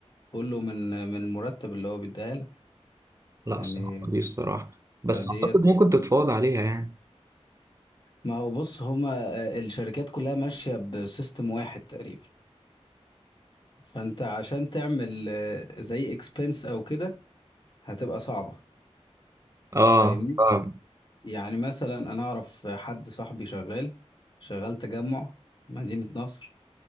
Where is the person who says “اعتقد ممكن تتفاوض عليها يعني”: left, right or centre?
Right